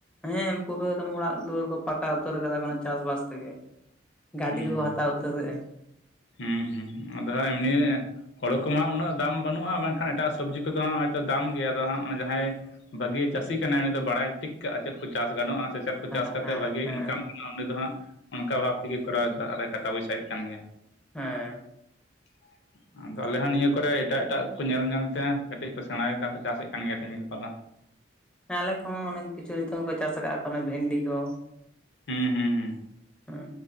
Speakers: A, in the centre; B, on the left (about 70°).
A: ᱦᱮᱸ ᱯᱩᱨᱟᱹ ᱮᱠᱫᱚᱢ ᱚᱲᱟᱜ ᱫᱩᱣᱟᱹᱨ ᱠᱚ ᱯᱟᱠᱟ ᱩᱛᱟᱹᱨ ᱠᱟᱫᱟ ᱠᱚ ᱦᱟᱸᱜ ᱪᱟᱥᱵᱟᱥ ᱛᱮᱜᱮ᱾ ᱜᱟᱹᱰᱤ
B: ᱦᱩᱸ
A: ᱠᱚᱠᱚ
B: ᱦᱩᱸ
A: ᱦᱟᱛᱟᱣ ᱩᱛᱟᱹᱨᱮᱜ-ᱟ᱾
B: ᱦᱩᱸ ᱦᱩᱸ, ᱟᱫᱚ ᱦᱟᱸᱜ ᱮᱢᱱᱤ ᱦᱩᱲᱩ ᱠᱚᱢᱟ ᱩᱱᱟᱹᱜ ᱫᱟᱢ ᱵᱟᱹᱱᱩᱜᱼᱟ ᱢᱮᱱᱠᱷᱟᱱ ᱮᱴᱟᱜ ᱥᱚᱵᱽᱡᱤ ᱠᱚᱫᱚ ᱦᱟᱸᱜ ᱦᱚᱭᱛᱳ ᱫᱟᱢ ᱜᱮᱭᱟ ᱟᱫᱚ ᱦᱟᱸᱜ ᱚᱱᱮ ᱡᱟᱦᱟᱸᱭ ᱵᱟᱹᱜᱤ ᱪᱟᱥᱤ ᱠᱟᱱᱟᱭ ᱩᱱᱤ ᱫᱚ ᱵᱟᱲᱟᱭ ᱴᱷᱤᱠ ᱠᱟᱜᱼᱟ ᱪᱮᱫ ᱠᱚ ᱪᱟᱥ ᱜᱟᱱᱚᱜᱼᱟ ᱥᱮ ᱪᱮᱫ ᱠᱚ
A: ᱦᱮᱸ
B: ᱪᱟᱥ ᱠᱟᱛᱮᱫ
A: ᱦᱮᱸ
B: ᱵᱷᱟᱹᱜᱮ
A: ᱦᱮᱸ
B: ᱤᱱᱠᱟᱢ <unintelligible> ᱚᱸᱰᱮ ᱫᱚ ᱦᱟᱸᱜ ᱚᱱᱠᱟ ᱵᱷᱟᱵ ᱛᱮᱜᱮ ᱠᱚᱨᱟᱣᱮᱫᱟ ᱟᱨ ᱴᱟᱠᱟ ᱯᱚᱭᱥᱟᱭᱮᱫ ᱠᱟᱱ ᱜᱮᱭᱟ᱾
A: ᱦᱮᱸ᱾
B: <inaudible> ᱟᱫᱚ ᱟᱞᱮ ᱦᱚᱸ ᱱᱤᱭᱟᱹ ᱠᱚᱨᱮ ᱮᱴᱟᱜ ᱮᱴᱟᱜ ᱠᱚ ᱧᱮᱞ ᱧᱮᱞᱛᱮ ᱠᱟᱹᱴᱤᱡ ᱠᱚ ᱥᱮᱬᱟᱭᱮᱫᱟ ᱠᱚ, ᱪᱟᱥᱮᱫ ᱠᱟᱱ ᱜᱮᱭᱟ ᱠᱚ ᱛᱮᱦᱤᱧ ᱜᱟᱯᱟ ᱫᱚ᱾
A: ᱦᱮᱸ ᱟᱞᱮ ᱠᱚᱦᱚᱸ ᱚᱱᱮ ᱠᱤᱪᱷᱩ ᱱᱤᱛᱚᱝ ᱦᱚᱸᱠᱚ ᱪᱟᱥ ᱟᱠᱟᱫ - ᱟ, ᱵᱷᱮᱱᱰᱤ ᱠᱚ
B: ᱦᱩᱸ ᱦᱩᱸ ᱦᱩᱸ
A: ᱦᱮᱸ